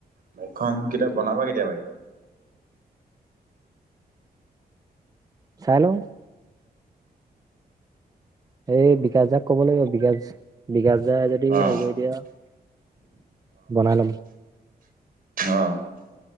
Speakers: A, on the right; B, on the right.
A: বাইকখন কেতিয়া বনাবা কেতিয়া বাইক?
B: চাই লওঁ। এই বিকাশ দাক কব লাগিব। বিকাশ বিকাশ দাই যদি
A: অ'।
B: হেৰি কৰি দিয়ে আৰু। বনাই ল'ম
A: অঁ।